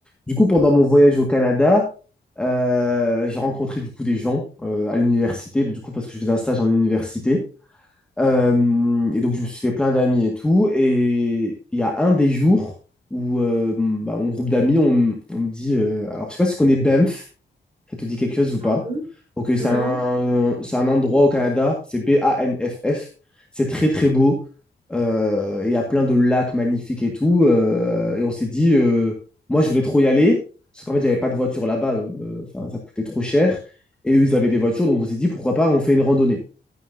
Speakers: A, in the centre; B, on the right.
A: Du coup, pendant mon voyage au Canada, euh, j'ai rencontré du coup des gens euh, à l'université, du coup parce que je faisais un stage en université. Euh, et donc je me suis fait plein d'amis et tout. Et il y a un des jours où euh, bah, mon groupe d'amis, on, on me dit, euh, alors je sais pas si tu connais Banff, ça te dit quelque chose ou
B: Non
A: pas?
B: plus.
A: Ok, c'est
B: Non.
A: un, c'est un endroit au Canada, c'est B-A-N-F-F. C'est très très beau. Euh, Il y a plein de lacs magnifiques et tout. euh, et on s'est dit, euh, moi je voulais trop y aller, parce qu'en fait j'avais pas de voiture là-bas, euh, enfin, ça coûtait trop cher. Et eux ils avaient des voitures, donc on s'est dit pourquoi pas on fait une randonnée.